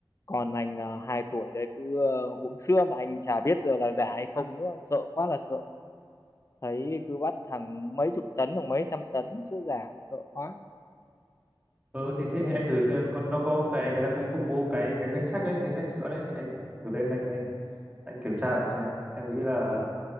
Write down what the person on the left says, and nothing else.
Còn anh uh, 2 tuổi đây cứ ờ, uống sữa mà anh chả biết giờ là giả hay không nữa, sợ quá là sợ. Thấy cứ bắt hàng mấy chục tấn, hàng mấy trăm tấn sữa giả, sợ quá.
Ừ,